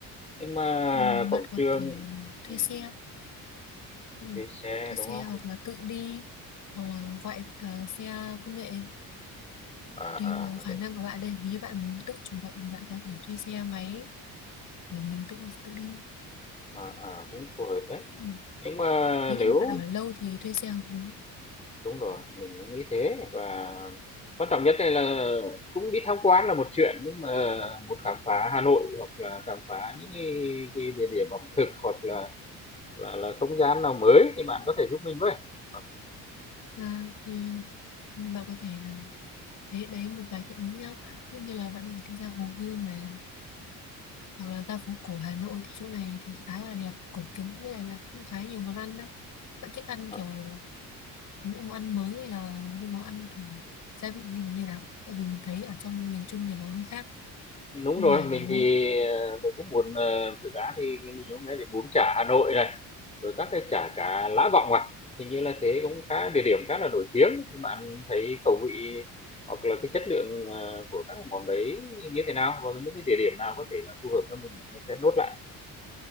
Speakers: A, on the left; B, on the left.
A: Nhưng mà
B: Ừ, bạn
A: quảng
B: có
A: trường
B: thể ờ, thuê
A: ừm,
B: xe ừ,
A: thuê xe,
B: thuê xe
A: đúng không?
B: hoặc là tự đi hoặc là gọi ờ, xe công nghệ
A: À,
B: tùy
A: à,
B: vào khả
A: cũng
B: năng của bạn đây nếu như bạn muốn tự chủ động thì bạn có thể thuê xe máy để mình tự tự đi
A: à, à, cũng phù hợp đấy.
B: ừ.
A: Nhưng mà
B: nếu như
A: nếu
B: mà bạn ở lâu thì thuê xe hợp lý
A: Đúng rồi, mình cũng nghĩ thế và quan trọng nhất đây là cũng đi tham quan là một chuyện, nhưng mà một khám phá Hà Nội hoặc là khám phá những cái cái địa điểm ẩm thực hoặc là là là không gian nào mới thì bạn có thể giúp mình với. Ờ,
B: à, thì ừ, bạn có thể ờ, đấy đấy một vài cái ý nhá Ví như là bạn mình đi ra Hồ Gươm này hoặc là ra phố cổ Hà Nội thì chỗ này thì khá là đẹp cổ kính với lại là cũng khá nhiều món ăn đấy bạn thích ăn
A: ờ,
B: kiểu những món ăn mới hay là những món ăn kiểu gia vị như là như nào tại vì mình thấy ở trong miền Trung thì nó hơi khác
A: đúng
B: bên
A: rồi,
B: ngoài
A: mình
B: này đúng
A: thì,
B: không
A: ờ, mình cũng muốn, ờ, thực ra thì mình hôm nay đến bún chả Hà Nội này, Rồi các cái chả cá Lã Vọng à? Hình như là thế cũng khá địa điểm khá là nổi tiếng, thì bạn thấy khẩu vị hoặc là cái chất lượng, ờ, của các món đấy như thế nào? Và những cái địa điểm nào có thể là phù hợp cho mình mình sẽ nốt lại.